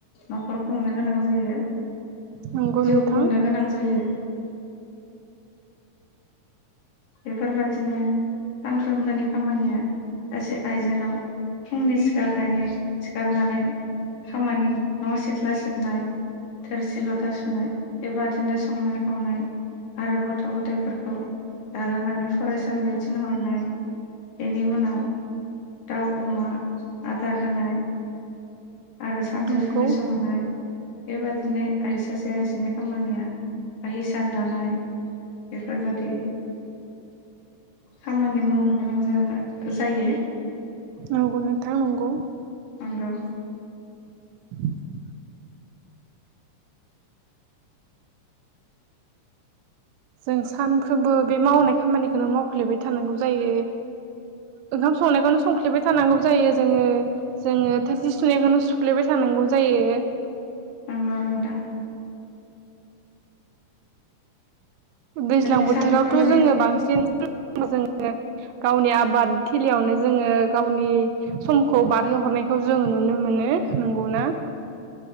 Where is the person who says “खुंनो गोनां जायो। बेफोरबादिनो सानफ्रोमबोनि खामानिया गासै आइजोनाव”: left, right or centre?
Left